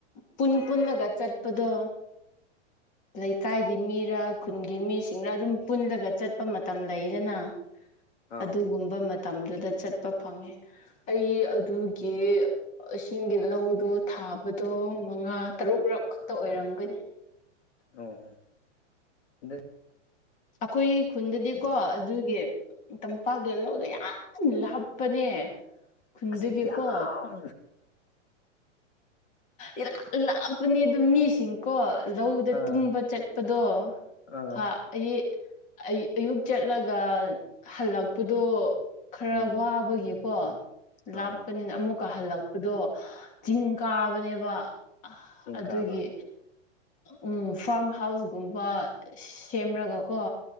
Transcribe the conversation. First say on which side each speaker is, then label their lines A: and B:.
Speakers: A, on the left (about 20°); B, on the left (about 60°).
A: ꯄꯨꯟ ꯄꯨꯜꯂꯒ ꯆꯠꯄꯗꯣ ꯂꯩꯀꯥꯏꯒꯤ ꯃꯤꯔꯥ ꯈꯨꯟꯒꯤ ꯃꯤꯁꯤꯡꯔ ꯑꯗꯨꯝ ꯄꯨꯜꯂꯒ ꯆꯠꯄ ꯃꯇꯝ ꯂꯩꯗꯅ
B: ꯑꯥ
A: ꯑꯗꯨꯒꯨꯝꯕ ꯃꯇꯝꯗꯨꯗ ꯆꯠꯄ ꯐꯪꯉꯤ ꯑꯩ ꯑꯗꯨꯒꯤ ꯏꯁꯤꯡꯒꯤ ꯂꯧꯗꯣ ꯊꯥꯕꯗꯣ ꯃꯉꯥ ꯇꯔꯨꯛꯔꯛ ꯈꯛꯇ ꯑꯣꯏꯔꯝꯒꯅꯤ
B: ꯑꯣꯗ
A: ꯑꯩꯈꯣꯏ ꯈꯨꯟꯗꯗꯤ ꯀꯣ ꯑꯗꯨꯒꯤ ꯇꯝꯄꯥꯛꯀꯤ ꯂꯧꯗ ꯌꯥꯝ ꯂꯥꯞꯄꯅꯦ ꯈꯨꯟꯗꯗꯒꯤꯀꯣ
B: ꯑꯁ ꯌꯥꯝ
A: ꯏꯔꯥ ꯂꯥꯞꯄꯅꯤ ꯑꯗꯨꯝ ꯃꯤꯁꯤꯡꯀꯣ ꯂꯧꯗ
B: ꯑꯥ
A: ꯇꯨꯝꯕ ꯆꯠꯄꯗꯣ
B: ꯑꯥ
A: ꯍꯥ ꯑꯩ ꯑꯩ ꯑꯌꯨꯛ ꯆꯠꯂꯒ ꯍꯜꯂꯛꯄꯗꯣ ꯈꯔ
B: ꯎꯝ
A: ꯋꯥꯕꯒꯤꯀꯣ
B: ꯑꯥ
A: ꯂꯥꯞꯄꯅꯤꯅ ꯑꯃꯨꯛꯀ ꯍꯜꯂꯛꯄꯗꯣ ꯆꯤꯡ ꯀꯥꯕꯅꯦꯕ
B: ꯆꯤꯡ
A: ꯑꯗꯨꯒꯤ
B: ꯀꯥꯕ
A: ꯎꯝ ꯐꯥꯔꯝ ꯍꯥꯎꯁꯒꯨꯝꯕ ꯁꯦꯝꯔꯒꯀꯣ